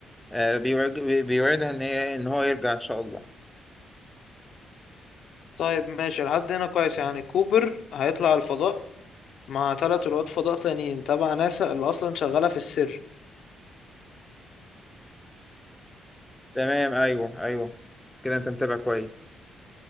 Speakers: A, in the centre; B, on the left (about 60°).
A: آه، بيوعد- بي- بيوعدها إن هي إن هو يرجع إن شاء الله
B: طيب ماشي لحد هنا كويس يعني كوبر هيطلع الفضاء مع ثلاث رواد فضاء تانيين تبع ناسا اللي اصلا شغالة في السر
A: تمام أيوه أيوه كده أنت متابع كويس